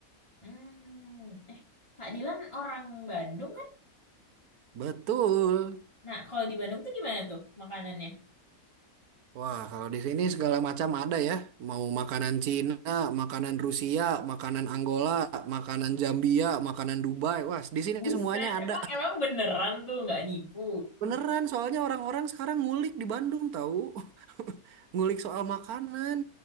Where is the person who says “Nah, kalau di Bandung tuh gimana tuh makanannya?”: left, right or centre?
Left